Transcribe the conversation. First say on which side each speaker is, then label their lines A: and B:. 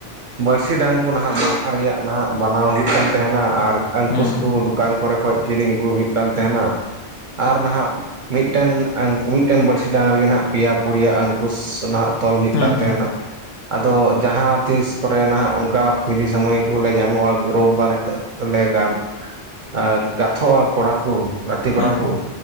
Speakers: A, on the right; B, on the left.
A: ᱵᱟᱹᱲᱥᱤ ᱰᱟᱝ ᱠᱚ ᱱᱟᱦᱟᱜ ᱢᱟᱜ ᱨᱮᱭᱟᱜ ᱱᱟᱦᱟᱜ ᱵᱮᱟᱱᱟᱣ ᱦᱩᱭᱩᱜ ᱠᱟᱱ ᱛᱟᱦᱮᱱᱟ ᱟᱨ ᱟᱨ ᱟᱝᱠᱩᱥ
B: ᱦᱩᱸ
A: ᱠᱚ ᱫᱚᱠᱟᱱ ᱠᱚᱨᱮ ᱠᱷᱚᱱ ᱠᱤᱨᱤᱧ ᱟᱹᱜᱩ ᱦᱩᱭᱩᱜ ᱠᱟᱱ ᱛᱟᱦᱮᱱᱟ ᱟᱨ ᱱᱟᱦᱟᱜ ᱢᱤᱫᱴᱮᱱ ᱢᱤᱫ ᱴᱮᱱ ᱵᱟᱹᱲᱥᱤ ᱰᱟᱝ ᱨᱮᱜᱮ ᱱᱟᱦᱟᱜ ᱯᱮᱭᱟ ᱯᱲᱭ ᱟᱝᱠᱩᱥ ᱱᱟᱦᱟᱜ ᱛᱚᱞ ᱦᱩᱭᱩᱜ
B: ᱦᱩᱸ
A: ᱠᱟᱱ ᱛᱟᱦᱮᱱᱟ
B: ᱦᱩᱸ
A: ᱟᱫᱚ ᱡᱟᱦᱟ ᱛᱤᱥ ᱠᱚᱨᱮ ᱱᱟᱦᱟᱜ ᱚᱱᱠᱟ ᱯᱷᱨᱤ ᱥᱚᱢᱚᱭ ᱠᱚᱞᱮ ᱧᱟᱢᱚᱜᱼᱟ ᱨᱳᱵᱟᱨ ᱦᱤᱞᱳᱜ ᱚᱸᱰᱮ ᱜᱟᱱ ᱟᱨ ᱠᱟᱛᱷᱟ ᱟᱠᱳ ᱲᱟᱠᱳ ᱜᱟᱛᱮ ᱠᱚᱲᱟ
B: ᱦᱩᱸ
A: ᱠᱚ